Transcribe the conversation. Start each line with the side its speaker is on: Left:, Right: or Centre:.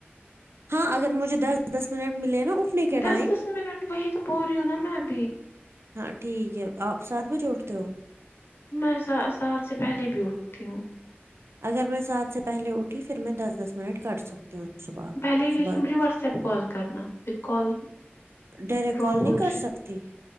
Right: ہاں اگر مجھے دس دس منٹ ملے نا اٹھنے کے ٹائم
Left: دس دس منٹ وہی تو بول رہی ہوں نا میں بھی
Right: ہاں ٹھیک ہے آپ سات بجے اٹھتے ہو
Left: میں سا سات سے پہلے بھی اٹھتی ہوں
Right: اگر میں سات سے پہلے اٹھی پھر میں دس دس منٹ کاٹ سکتی ہوں صبح
Left: پہلے ہی
Right: صبح
Left: لیکن مجھے واٹس ایپ کال کرنا پھر کال
Right: ڈائریکٹ
Left: ڈراپ
Right: کال نہیں
Left: ہو جائے
Right: کر سکتی